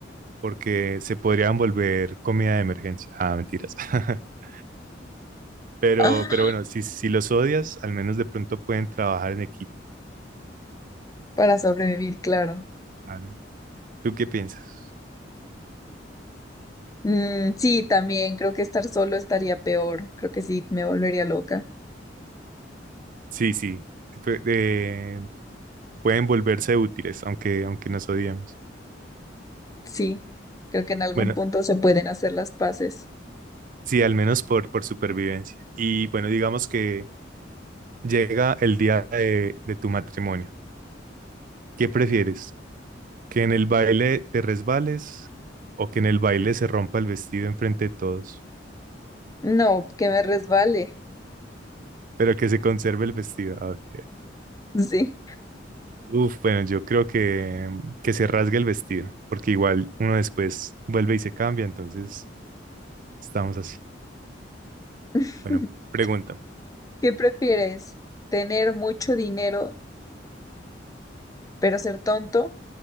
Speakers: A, on the right (about 45°); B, on the left (about 20°).
A: porque se podrían volver comida de emergencia. Ah, mentiras. <laughs> Pero,
B: <gasps> ¡Ah!
A: pero bueno, si, si los odias, al menos de pronto pueden trabajar en equipo.
B: Para sobrevivir, claro.
A: Ana. ¿Tú qué piensas?
B: Mm, sí, también creo que estar solo estaría peor. Creo que sí, me volvería loca.
A: Sí, sí, que pue- eh, pueden volverse útiles, aunque, aunque nos odiemos.
B: Sí, creo que en algún
A: Bueno,
B: punto se pueden hacer las paces.
A: sí, al menos por, por supervivencia. Y bueno, digamos que llega el día de, de tu matrimonio. ¿Qué prefieres? ¿Que en el baile te resbales o que en el baile se rompa el vestido enfrente de todos?
B: No, que me resbale.
A: Pero que se conserve el vestido. Ah, ok.
B: Sí.
A: Uf, bueno, yo creo que, que se rasgue el vestido, porque igual uno después vuelve y se cambia, entonces estamos así.
B: <laughs>
A: Bueno, pregunta.
B: ¿Qué prefieres? ¿Tener mucho dinero pero ser tonto